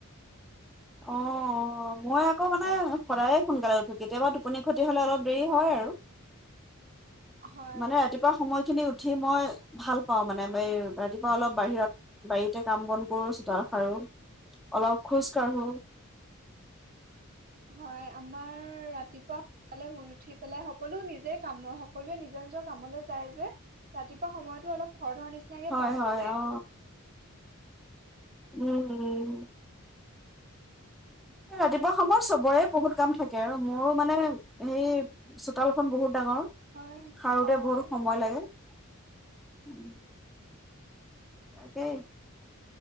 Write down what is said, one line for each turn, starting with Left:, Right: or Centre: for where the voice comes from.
Centre: অ মই আকৌ মানে সদায়ে সোনকালে উঠো কেতিয়াবা টোপনি ক্ষতি হ'লে অলপ দেৰি হয় আৰু
Right: হয়
Centre: মানে ৰাতিপুৱা সময়খিনি উ উঠি মই ভাল পাওঁ মানে ব ৰাতিপুৱা অলপ বাহিৰত বাৰীতে কাম বন কৰো চোতাল খাৰো অলপ খোজ তই সো
Right: হয় আমাৰ ৰাতিপুৱা সালে শুই উঠি পেলাই সকলো নিজে কাম সকলোৱে নিজৰ নিজৰ কামলে যায় যে ৰাতিপুৱা সময়তো অলপ খৰধৰ নিচিনাকৈ
Centre: হয়
Right: পাৰ হৈ
Centre: হয়
Right: যায়
Centre: অ উম উম ৰাতিপুৱা সময়ত চবৰে বহুত কাম থাকে আৰু মোৰো মানে সেই চোতালখন বহুত ডাঙৰ
Right: হয়
Centre: সাৰোতে
Right: অ
Centre: বহুত সময় লাগে। উম তাকেই